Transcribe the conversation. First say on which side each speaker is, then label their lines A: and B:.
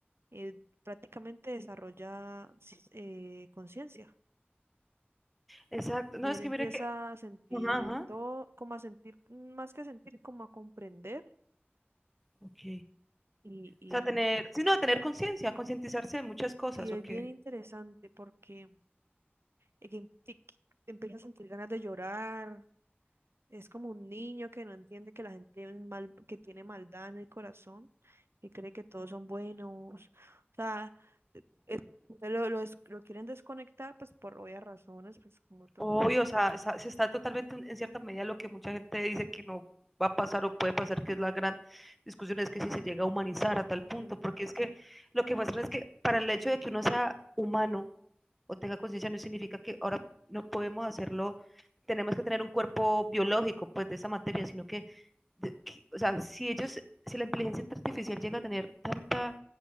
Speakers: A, on the right; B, in the centre.
A: eh, prácticamente desarrolla sis- eh, conciencia.
B: exacto, no,
A: Y
B: es
A: él
B: que
A: empieza
B: mire que...
A: a sentir
B: Ajá, ajá,
A: todo, como a sentir, más que sentir, como a comprender
B: ok.
A: Y, y
B: O sea, tener, sí, no, tener conciencia, concientizarse de muchas cosas,
A: sí, es
B: ok.
A: bien interesante porque eh, que- que- que te empiezas a sentir ganas de llorar. Es como un niño que no entiende que la gente es mal, que tiene maldad en el corazón y cree que todos son buenos. O sea, eh, eh, lo, lo, des- lo quieren desconectar pues por obvias razones, pues como truco.
B: Obvio, o sea, está- se está totalmente en cierta medida lo que mucha gente dice que no va a pasar o puede pasar, que es la gran discusión, es que si se llega a humanizar a tal
A: Mm,
B: punto, porque es que lo que muestran es que para el hecho de que uno sea humano o tenga conciencia no significa que ahora no podemos hacerlo, tenemos que tener un cuerpo biológico, pues, de esa materia, sino que, de- que- o sea, si ellos, si la inteligencia artificial llega a tener tanta